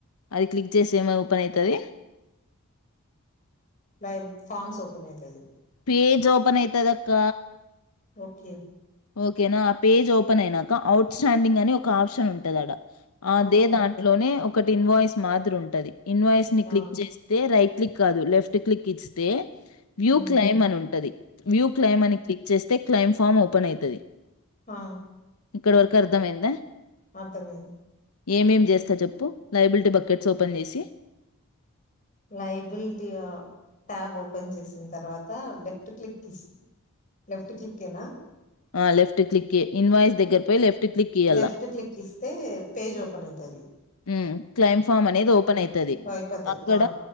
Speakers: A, on the left (about 80°); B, on the left (about 35°).
A: అది క్లిక్ చేస్తే ఏమన్ ఓపెన్ అయితది
B: లైవ్ ఫార్మ్స్ ఓపెనైతది
A: పేజ్ ఓపెన్ అయితదక్క
B: ఓకే
A: ఓకేనా ఆ పేజ్ ఓపెన్ అయినాక ఔట్ స్టాండింగ్ అని ఒక ఆప్షన్ ఉంటదాడ అదే
B: ఓకే
A: దాంట్లోనే ఒక్ ఒకటి ఇన్వాయిస్ మాదిరుంటది. ఇన్వాయిస్ని
B: ఆ
A: క్లిక్ చేస్తే రై క్లిక్ కాదు లెఫ్ట్ క్లిక్ ఇస్తే వ్యూ
B: ఉమ్
A: క్లైమ్ అనుంటది వ్యూ క్లైమ్
B: ఉమ్,
A: అని క్లిక్ చేస్ క్లైమ్ ఫామ్ ఓపెన్ అయితది
B: ఆ
A: ఇక్కడ వరకు అర్ధమైందా
B: అర్థమైంద్
A: ఏమేం చేస్త చెప్పు లైబిలిటీ బకెట్స్ ఓపెన్ చేసి
B: లైబుల్టి ఆ ట్యాబ్ ఓపెన్ చేసిన్ తర్వాత లె టు క్లిక్ ఐస్ లెఫ్ట్ క్లిక్ కేనా
A: ఆ లెఫ్ట్ క్లిక్కే ఇన్వాయిస్ దగ్గర పొయి లెఫ్ట్ టు క్లిక్ ఇయ్యల్ల
B: లెఫ్ట్ క్లిక్ ఇస్తే పేజ్ ఓపెన్ అయితది
A: ఉమ్ క్లైమ్ ఫామ్ అనేది
B: ఉమ్
A: ఓపెన్ అయితది.
B: అయిపోతది
A: అక్కడ
B: ఆ